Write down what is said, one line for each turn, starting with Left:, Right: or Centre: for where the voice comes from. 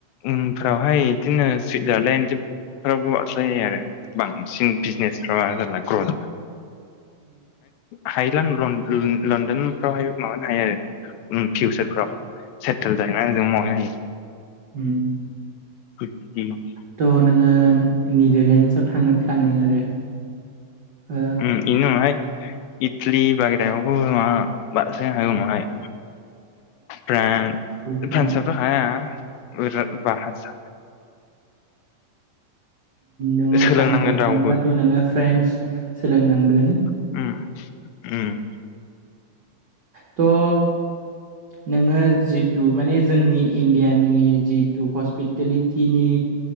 Left: उनफ्रावहाय बिदिनो सुइजारलेण्ड फोरावबो अज्लायनायायो <unintelligible> आरो बांसिन बिजनेसफ्रा जारला ग्र' जाबा हायो <unintelligible> लण्ड-लनदफ्रावहाय माबानो हायो आरो उम फिउचारफ्राव सेटेल जाहैनानै जों मावहैनो हायो।
Right: उम।
Left: <unintelligible>
Right: थ' नोङो निदारलेण्डसाव थांनो प्लनिं आरो? ओ
Left: अम इनि उनावहाय इथलि बाहेरायावबो मा बारसनो हागौ उनावहाय। फ्रान
Right: फ्राव
Left: फानसाब हाया बुरजा बा हारस
Right: नोङो
Left: सोलोंनांगोन
Right: फ्रान्सव थानोबाथ'
Left: रावबो
Right: नोङो फ्रेन्स सोलोंनांगोन
Left: उम उम
Right: त ओ नोङो जितु माने जोंनि इण्डियानि जितु हस्पिटेलिटिनि